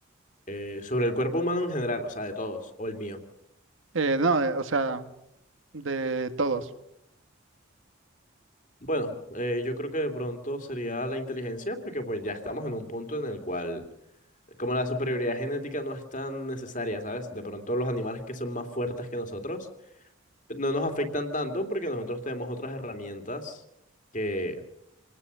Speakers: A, on the left (about 40°); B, on the right (about 70°).
A: eh, sobre el cuerpo humano en general, o sea, de todos, o el mío.
B: Eh, no, de- o sea, de todos.
A: Bueno, eh, yo creo que de pronto sería la inteligencia, porque pues ya estamos en un punto en el cual, como la superioridad genética no es tan necesaria, ¿sabes? De pronto los animales que son más fuertes que nosotros pues, no nos afectan tanto porque nosotros tenemos otras herramientas que,